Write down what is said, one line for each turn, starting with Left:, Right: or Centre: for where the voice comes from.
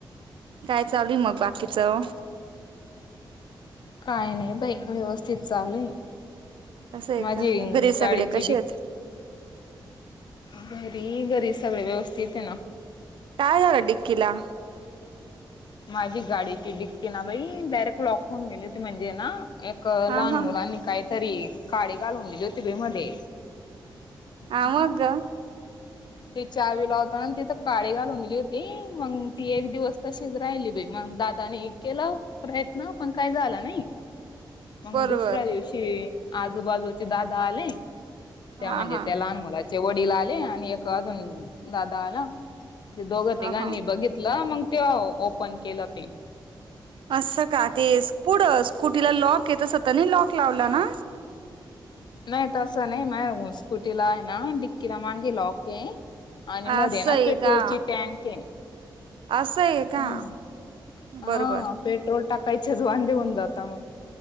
Right: काय चालूय मग बाकीचं?
Left: काय नाही बाई. व्यवस्थित चालूय.
Right: असं आहे
Left: माझी
Right: का घरी
Left: गाडीची
Right: सगळे कसे
Left: डिक
Right: आहेत
Left: घरी घरी सगळे व्यवस्थित आहे ना.
Right: काय झाल डिक्किला?
Left: माझी गाडीची डिक्की ना बाई, डायरेक्ट लॉक होऊन गेली होती. म्हणजे ना एक
Right: हा
Left: लहान
Right: हा.
Left: मुलांनी काहीतरी काडी घालून दिली होती बाई मधे. <unintelligible>
Right: हा मग
Left: ते चावी लावतांना तिथ काडी घालून दिली होती. मग ती एक दिवस तशी च राहिली बाई मग दादा ने केले प्रयत्न पण ती काही झालं नाही. मग
Right: बरोबर
Left: दुसऱ्या दिवशी आजूबाजूचे दादा आले,
Right: हा
Left: त्या म्हणजे
Right: हा
Left: त्या लहान मुला चे वडील आले आणि एक अजून दादा आला. ते दोघ तिघांनी
Right: हा हा.
Left: बघितलं. मग तेव्हा ओपन केलं ते.
Right: असं का तेस पुढं स कुटीला लॉकय तस तर नाही लॉक लावला ना?
Left: नाही तसं नाही. माया स्कुटीला आहे ना, डिक्कीला मागे लॉकय, आणि
Right: असं
Left: मधे ना
Right: आहे
Left: पेट्रोलची
Right: का?
Left: टँकय.
Right: असं आहे का?
Left: हम, हा
Right: बरोबर
Left: पेट्रोल टाकायचेच वांदे होऊन जातात मग.